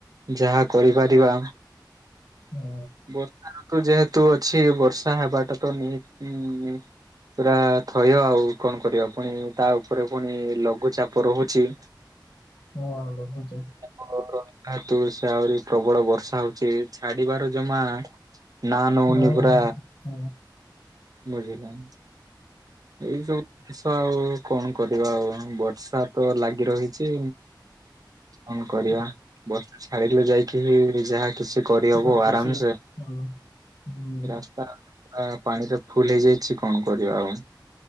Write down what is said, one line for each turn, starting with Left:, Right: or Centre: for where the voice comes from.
Right: ଯାହା କରିପାରିବା
Left: ହଁ
Right: ବର ଋତୁ ଯେହେତୁ ଅଛି ବର୍ଷା ହେବାଟା ତ ନିହାତି ପୁରା ଥୟ ଆଉ କଣ କରିବା ପୁଣି ତା ଉପରେ ପୁଣି ଲଘୁଚାପ ରହୁଛି।
Left: ହଁ ଲଘୁଚା
Right: ଆମ ରହିବା ହେତୁ ସେ ଆହୁରି ପ୍ରବଳ ବର୍ଷା ହଉଛି ଛାଡିବାର ଜମା ନା ନଉନି
Left: ନ
Right: ପୁରା
Left: ନ ହଁ <inaudible>
Right: ବୁଝିଲ <inaudible> ଏଇ ସବୁ ଜିନିଷ ଆଉ କଣ କରିବା ଆଉ ବର୍ଷା ତ ଲାଗି ରହିଛି। କଣ କରିବା
Left: ହଁ
Right: ବର୍ଷା ଛାଡିଲେ ଯାଇ ଏଇଠି ଯାହା କିଛି କରିହବ
Left: ଯାହା କିଛି
Right: ଆରାମ ସେ
Left: ହଁ ହୁଁ
Right: ରାସ ପାଣିରେ ଫୁଲ ହେଇଯାଇଛି କଣ କରିବା ଆଉ?